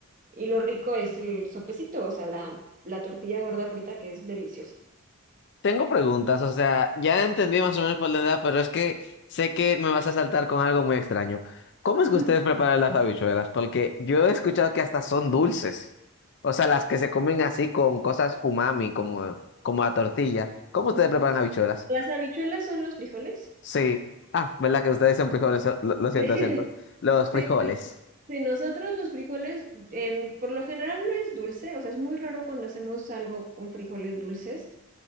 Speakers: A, on the right (about 35°); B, on the left (about 50°).
A: Y lo rico es el sopecito, o sea, la, la tortilla gorda frita que es deliciosa.
B: Tengo preguntas, o sea, ya entendí más o menos por la edad, pero es que sé que me vas a saltar con algo muy extraño. ¿Cómo es
A: <laughs>
B: que ustedes preparan las habichuelas? Porque yo he escuchado que hasta son dulces. O sea, las que se comen así con cosas umami, como, como la tortilla. ¿Cómo ustedes preparan habichuelas?
A: Las habichuelas son los frijoles.
B: Sí. Ah, ¿verdad que ustedes son frijoles? Lo,
A: <laughs>
B: lo siento,
A: Sí.
B: lo siento. Los frijoles.
A: Sí, es- sí, nosotros los frijoles, en- por lo general no es dulce, o sea, es muy raro cuando hacemos algo con frijoles dulces.